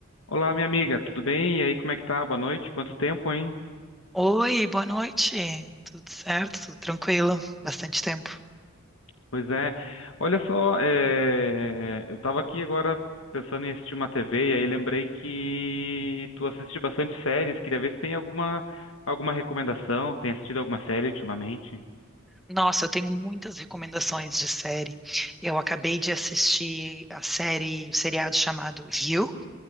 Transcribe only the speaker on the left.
Olá, minha amiga, tudo bem? E aí, como é que tá? Boa noite. Quanto tempo, hein?
Pois é. Olha só, é, eu tava aqui agora pensando em assistir uma TV e aí lembrei que tu assiste bastante séries. Queria ver se tem alguma alguma recomendação, se tem assistido alguma série ultimamente.